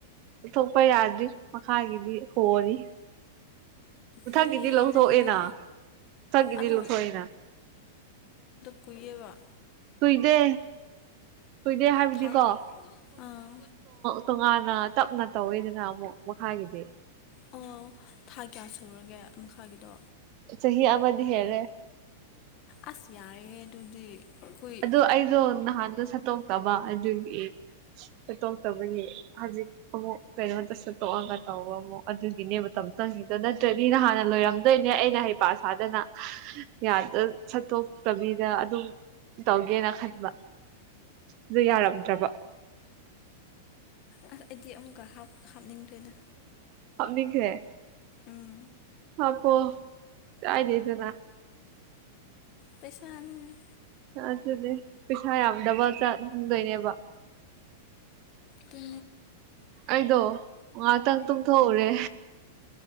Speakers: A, on the right; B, on the left.
A: ꯎꯊꯣꯛꯄ ꯌꯥꯗ꯭ꯔꯤ ꯃꯈꯥꯒꯤꯗꯤ ꯍꯣꯅꯤ ꯃꯊꯪꯒꯤꯗꯤ
B: ꯀꯨꯏꯌꯦ
A: ꯂꯧꯊꯣꯛꯑꯦꯅ
B: ꯅꯪꯒꯤꯗꯣ
A: ꯃꯊꯪꯒꯤꯗꯤ
B: ꯑꯗꯣ
A: ꯂꯧꯊꯣꯛꯑꯦꯅ
B: ꯀꯨꯏꯕ
A: ꯀꯨꯏꯗꯦ ꯀꯨꯏꯗꯦ ꯍꯥꯏꯕꯗꯤꯀꯣ
B: ꯊꯥ ꯑꯥ
A: ꯇꯣꯉꯥꯟꯅ ꯇꯞꯅ ꯇꯧꯋꯤꯗꯅ ꯑꯃꯨꯛ ꯃꯈꯥꯒꯤꯗꯤ
B: ꯑꯣ ꯊꯥ ꯀꯌꯥ ꯁꯨꯔꯒꯦ ꯃꯈꯥꯒꯤꯗꯣ
A: ꯆꯍꯤꯍꯤ ꯑꯕꯗꯤ ꯍꯥꯏꯔꯦ
B: ꯑꯁ ꯌꯥꯔꯦꯍꯦ ꯑꯗꯨꯗꯤ ꯀꯨꯏ
A: ꯑꯗꯨ ꯑꯩꯗꯣ ꯅꯍꯥꯟꯗꯣ ꯁꯠꯇꯣꯛꯇꯕ ꯑꯗꯨꯒꯤ ꯁꯠꯇꯣꯛꯇꯕꯒꯤ ꯍꯧꯖꯤꯛ ꯑꯃꯨꯛ ꯀꯩꯅꯣꯝꯇ ꯁꯠꯇꯣꯛꯑꯒ ꯇꯧꯕ ꯑꯃꯨꯛ ꯑꯗꯨꯒꯤꯅꯦ ꯃꯇꯝ ꯆꯪꯉ ꯑꯗꯨꯗꯣ ꯅꯠꯇ꯭ꯔꯗꯤ ꯅ ꯍꯥꯟꯅ ꯂꯣꯏꯔꯝꯗꯣꯏꯅꯦ ꯑꯩꯅ ꯍꯩ ꯄꯁꯗꯅ ꯌꯥꯗ ꯁꯠꯇꯣꯛꯇꯕꯤ ꯗ ꯑꯗꯨꯝ ꯇꯧꯒꯦꯅ ꯈꯟꯕ ꯑꯗꯨ ꯌꯥꯔꯝꯗ꯭ꯔꯕ
B: ꯑ ꯑꯩꯗꯤ ꯑꯃꯨꯛꯀ ꯍꯥꯞ ꯍꯥꯞꯅꯤꯡꯈ꯭ꯔꯦꯗ
A: ꯑꯅꯤꯈ꯭ꯔꯦ
B: ꯎꯝ
A: ꯑꯄꯣ ꯇꯥꯏꯗꯤꯗꯅꯥ
B: ꯄꯩꯁꯥꯅꯤ
A: ꯑꯗꯨꯅꯦ ꯄꯩꯁꯥ ꯌꯥꯝꯗꯕ ꯆꯗꯣꯏꯅꯦꯕ
B: ꯇ
A: ꯑꯩꯗꯣ ꯉꯍꯥꯛꯇꯪ ꯇꯨꯝꯊꯣꯛꯎꯔꯦ